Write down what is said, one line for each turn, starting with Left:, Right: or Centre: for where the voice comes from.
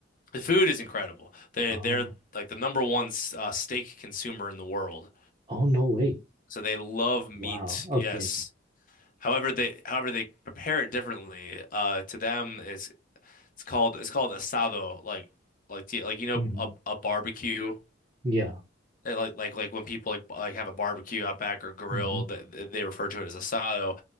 Left: the food is incredible. They
Right: Oh,
Left: they're like the number one uh, steak consumer in the world,
Right: oh, no way.
Left: so they love meat.
Right: Wow.
Left: Yes,
Right: Okay.
Left: However, they however they prepare it differently. Uh, to them, it's it's called it's called asado, like like do like you know
Right: hmm
Left: a, a barbecue.
Right: Yeah.
Left: Eh, Like like like when people like like have a barbecue out back or grill,
Right: hmm
Left: th- th- they refer to it as asado.